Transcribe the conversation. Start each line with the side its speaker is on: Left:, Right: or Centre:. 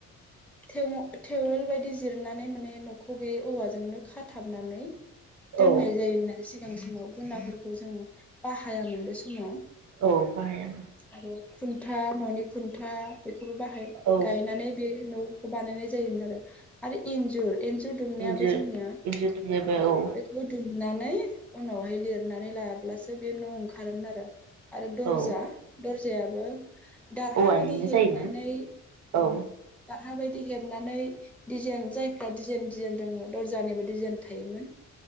Centre: थेम थेवल बायदि जिरनानै माने नखौ बे औवाजोंनो खाथाबनानै दोननाय
Right: औ
Centre: जायोमोन आरो सि गां समाव गुनाफोरखौ जों बाहायामोन बे समाव।
Right: औ बाहाया मोन।
Centre: आरो खुन्था ननि खुन्था बेखौबो बाहाय
Right: औ
Centre: गायनानै बे न खौ बानायनाय जायोमोन आरो आरो इन्जुर एन्जुर दुमनायाबो
Right: इन्जुर
Centre: जोंनिया
Right: इन्जुर दुमनोबो
Centre: ओ
Right: औ
Centre: बेखौ दुम नानै उनावहाय लिरनानै लायाब्लासो बे न ओंखारोमोन आरो। आरो दर्जा
Right: औ
Centre: दर्ज जायाबो दारहा
Right: औवानिनो
Centre: बायदि हेबनानै
Right: जायोमोन औ
Centre: ओ हा बायदि हेबनानै डिजेन जायफ्रा डिजेन डिजेन रोङो दरजानिबो डिजेन थायोमोन।